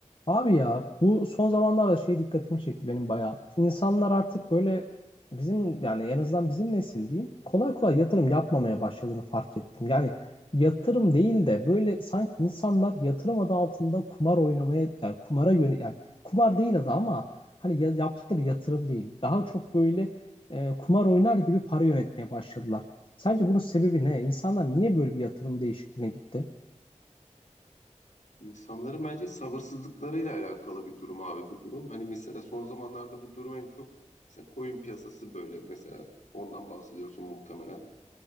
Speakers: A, on the left; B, on the left.
A: Abi ya bu son zamanlarda şey dikkatimi çekti benim bayağı. İnsanlar artık böyle bizim yani en azından bizim nesil diyeyim kolay kolay yatırım yapmamaya başladığını fark ettim. Yani yatırım değil de böyle sanki insanlar yatırım adı altında kumar oynamaya yani kumara yön yani kumar değil adı ama hani ya- yaptıkları yatırım değil. Daha çok böyle e, kumar oynar gibi para yönetmeye başladılar. Sence bunun sebebi ne? İnsanlar niye böyle bir yatırım değişikliğine gitti?
B: İnsanların bence sabırsızlıklarıyla alakalı bir durum abi bu durum. Hani mesela son zamanlarda bu durum en çok mesela koyun piyasası böyle mesela ondan bahsediyorsun muhtemelen.